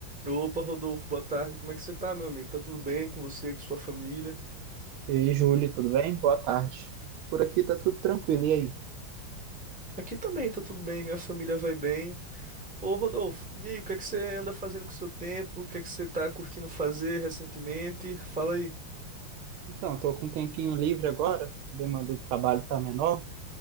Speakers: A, in the centre; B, on the right.
A: Opa, Rodolfo, boa tarde. Como é que você tá, meu amigo? Tá tudo bem com você, com sua família?
B: E aí, Júlio, tudo bem? Boa tarde. Por aqui tá tudo tranquilo, e aí?
A: Aqui também tá tudo bem, minha família vai bem. Ô, Rodolfo, e aí, o que é que você anda fazendo com o seu tempo? O que é que você tá curtindo fazer recentemente? Fala aí.
B: Então, tô com um tempinho livre agora, a demanda do trabalho tá menor,